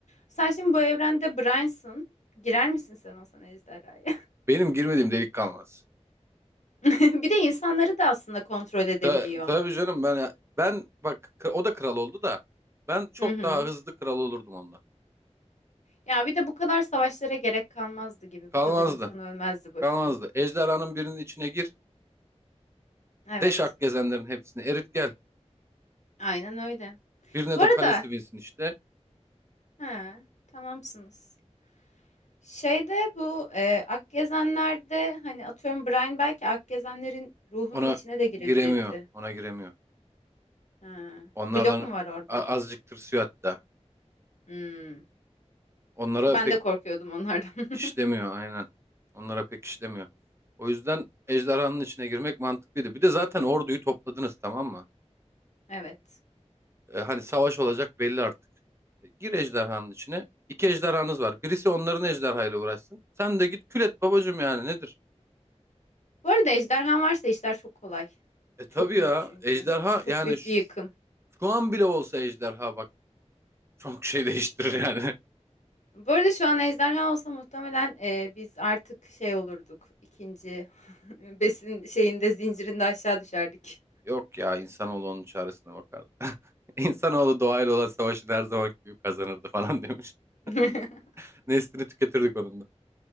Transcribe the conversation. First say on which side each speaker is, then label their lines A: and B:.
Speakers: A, on the left; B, on the right.
A: Sen şimdi bu evrende Brian'sın. Girer misin sen olsan ejderhaya?
B: Benim girmediğim delik kalmaz.
A: <laughs> Bir de insanları da aslında kontrol edebiliyor.
B: Ta- tabii canım ben ben bak k- o da kral oldu da ben çok
A: Hı hı.
B: daha hızlı kral olurdum onunla.
A: Ya bir de bu kadar savaşlara gerek kalmazdı gibi.
B: Kalmazdı.
A: Bu kadar insan ölmezdi boşuna.
B: Kalmazdı. Ejderhanın birinin içine gir.
A: Evet.
B: Deşak gezenlerin hepsini erit gel.
A: Aynen öyle.
B: Birine
A: Bu
B: de
A: arada
B: kalesi binsin işte.
A: he, tamamsınız. Şeyde bu e, Akgezenler'de hani atıyorum Brian belki Akgezenlerin ruhunun
B: Ona
A: içine de girebilirdi.
B: giremiyor. Ona giremiyor.
A: He.
B: Onlardan
A: Blok mu var orada?
B: a- azıcık tırsıyor hatta.
A: Hmm.
B: Onlara
A: Ben
B: pek
A: de korkuyordum onlardan.
B: işlemiyor
A: <laughs>
B: aynen. Onlara pek işlemiyor. O yüzden ejderhanın içine girmek mantıklıydı. Bir de zaten orduyu topladınız tamam mı?
A: Evet.
B: E, hani savaş olacak belli artık. E, Gir ejderhanın içine. İki ejderhanız var. Birisi onların ejderhayla uğraşsın. Sen de git kül et babacım yani nedir?
A: Bu arada ejderhan varsa işler çok kolay.
B: E tabii
A: Çok büyük
B: ya
A: çünkü.
B: ejderha
A: Çok
B: yani
A: büyük
B: şu,
A: bir yıkım.
B: şu an bile olsa ejderha bak çok şey değiştirir yani.
A: Bu arada şu an ejderha olsa muhtemelen e, biz artık şey olurduk. İkinci <laughs> besin şeyinde zincirinde aşağı düşerdik.
B: <laughs> Yok ya insanoğlu onun çaresine bakardı. <laughs> İnsanoğlu doğayla olan savaşı her zaman gibi kazanırdı falan demiş.
A: <laughs>
B: <laughs> Neslini tüketirdik onun da.